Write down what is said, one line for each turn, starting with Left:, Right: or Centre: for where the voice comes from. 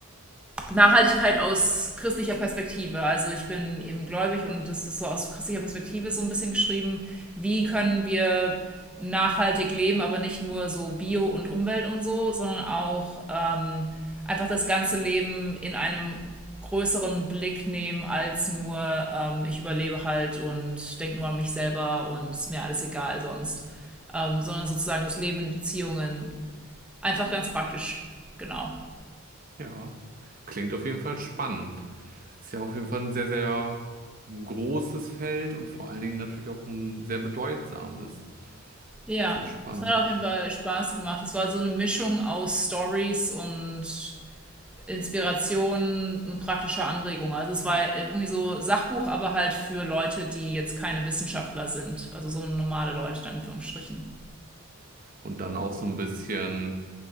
Centre: Nachhaltigkeit aus christlicher Perspektive. Also ich bin eben gläubig und das ist so aus christlicher Perspektive so ein bisschen geschrieben, wie können wir nachhaltig leben, aber nicht nur so Bio und Umwelt und so, sondern auch ähm, einfach das ganze Leben in einem größeren Blick nehmen als nur ähm, ich überlebe halt und denke nur an mich selber und ist mir alles egal sonst, ähm, sondern sozusagen das Leben in Beziehungen einfach ganz praktisch, genau.
Right: Ja, klingt auf jeden Fall spannend. Ist ja auf jeden Fall ein sehr, sehr großes Feld und vor allen Dingen natürlich auch ein sehr bedeutsames.
Centre: Ja,
Right: Sehr spannend.
Centre: es hat auf jeden Fall Spaß gemacht. Es war so eine Mischung aus Stories und Inspiration und praktischer Anregung. Also es war irgendwie so Sachbuch, aber halt für Leute, die jetzt keine Wissenschaftler sind. Also so normale Leute dann in Anführungsstrichen.
Right: Und dann auch so ein bisschen.